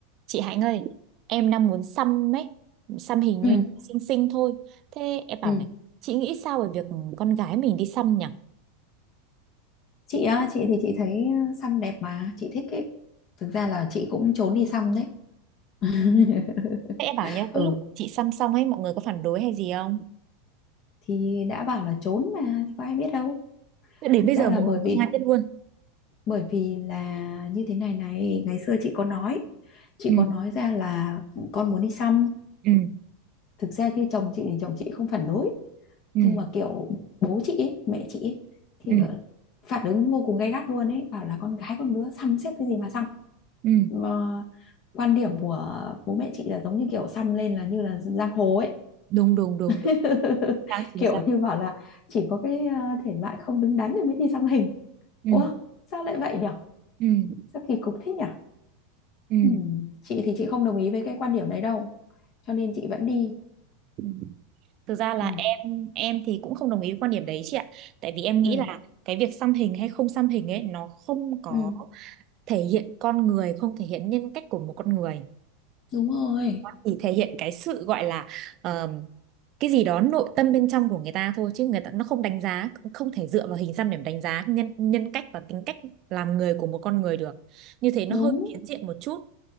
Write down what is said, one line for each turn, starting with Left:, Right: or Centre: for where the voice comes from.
Right: Chị Hạnh ơi, em đang muốn xăm ấy, xăm hình
Left: Ừ,
Right: như xinh xinh thôi. Thế em bảo
Left: ừ.
Right: này, chị nghĩ sao về việc con gái mình đi xăm nhỉ?
Left: Chị á, chị thì chị thấy ờ, xăm đẹp mà chị thích ấy. Thực ra là chị cũng trốn đi xăm đấy. <laughs>
Right: Thế em bảo nhé,
Left: Ừ,
Right: cái lúc chị xăm xong ấy, mọi người có phản đối hay gì không?
Left: thì đã bảo là trốn mà thì có ai biết đâu.
Right: Thế Đến
Left: Thực
Right: bây
Left: ra
Right: giờ
Left: là
Right: mọi
Left: bởi
Right: người không
Left: vì
Right: ai biết luôn.
Left: bởi vì là như thế này này, ngày xưa chị có nói, chị
Right: ừ
Left: có nói ra là con muốn đi xăm.
Right: ừ
Left: Thực ra thì chồng chị thì chồng chị không phản đối,
Right: ừ
Left: nhưng mà kiểu bố chị ấy, mẹ chị ấy, thì
Right: ừ
Left: phản ứng vô cùng gay gắt luôn ấy, bảo là con gái con đứa xăm xiếc cái gì mà xăm.
Right: ừ
Left: Ờ, quan điểm của bố mẹ chị là giống như kiểu xăm lên là như là giang hồ ấy
Right: đúng đúng đúng
Left: <laughs>
Right: đúng Sao chính
Left: kiểu
Right: xác.
Left: như bảo là chỉ có cái ờ, thể loại không đứng đắn thì mới đi xăm hình
Right: ừ
Left: ủa sao lại vậy nhở
Right: ừ
Left: sao kỳ cục thế nhở
Right: ừ
Left: Ừm, chị thì chị không đồng ý với cái quan điểm đấy đâu cho nên chị vẫn đi
Right: Ừ. Thực ra là
Left: ừ
Right: em em thì cũng không đồng ý với quan điểm đấy chị ạ. Tại vì em
Left: ừ
Right: nghĩ là cái việc xăm hình hay không xăm hình ấy nó không có
Left: ừ
Right: thể hiện con người không thể hiện nhân cách của một con người
Left: đúng rồi
Right: Nó chỉ thể hiện cái sự gọi là ờm, cái gì đó nội tâm bên trong của người ta thôi chứ người ta nó không đánh giá cũng không thể dựa vào hình xăm để mà đánh giá nhân nhân cách và tính cách làm người của một con người được như thế nó
Left: đúng
Right: hơi phiến diện một chút